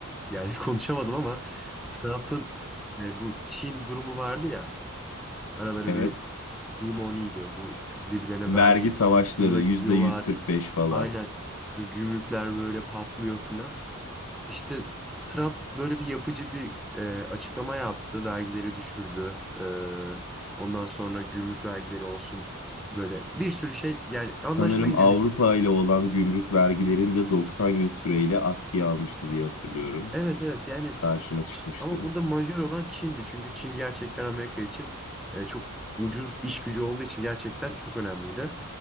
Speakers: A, in the centre; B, on the left.
A: yani <laughs> konuşamadım ama Trump'ın e, bu Çin durumu vardı ya. Araları
B: Evet.
A: bir limoniydi. Bu birbirlerine
B: Vergi
A: vergi
B: savaşları
A: arttırmaya
B: yüzde
A: gidiyorlar.
B: 145 falan.
A: Aynen. Ve gümrükler böyle patlıyor filan. İşte Trump böyle bir yapıcı bir e, açıklama yaptı. Vergileri düşürdü. E, ondan sonra gümrük vergileri olsun. Böyle bir sürü şey yani anlaşma
B: Sanırım
A: gidildi.
B: Avrupa ile olan gümrük vergilerini de 90 gün süreyle askıya almıştı diye hatırlıyorum.
A: Evet evet yani
B: Karşıma çıkmıştı.
A: Ç- ama burada majör olan Çin'di. Çünkü Çin gerçekten Amerika için e, çok ucuz iş gücü olduğu için gerçekten çok önemliydi.